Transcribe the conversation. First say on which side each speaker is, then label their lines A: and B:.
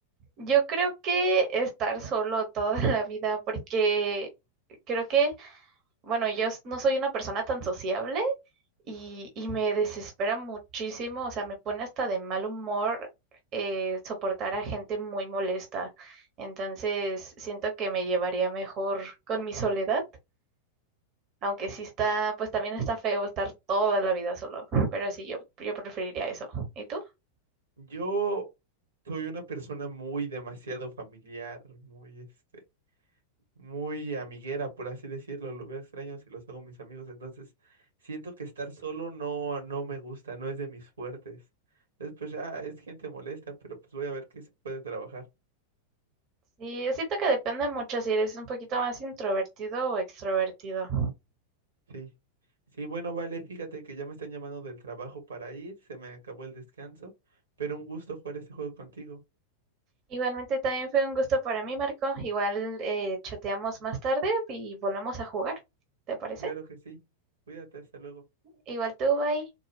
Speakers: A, on the right; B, on the right.
A: Yo creo que estar solo toda <laughs> la vida, porque creo que, bueno, yo s- no soy una persona tan sociable. y, y me desespera muchísimo, o sea, me pone hasta de mal humor eh, soportar a gente muy molesta. Entonces, siento que me llevaría mejor con mi soledad, aunque sí está, pues también está feo estar toda la vida solo, pero sí, yo, yo preferiría eso. ¿Y tú?
B: yo soy una persona muy demasiado familiar, muy este, muy amiguera, por así decirlo, lo veo extraño si los hago mis amigos, entonces siento que estar solo no, no me gusta, no es de mis fuertes. Entonces, pues ya es gente molesta, pero pues voy a ver qué se puede trabajar.
A: Sí, siento que depende mucho si eres un poquito más introvertido o extrovertido.
B: Sí. Sí, bueno, vale, fíjate que ya me están llamando del trabajo para ir, se me acabó el descanso, pero un gusto jugar este juego contigo.
A: Igualmente también fue un gusto para mí, Marco. Igual eh, chateamos más tarde y volvemos a jugar. ¿Te parece?
B: Claro que sí. Cuídate, hasta luego.
A: Igual tú, bye.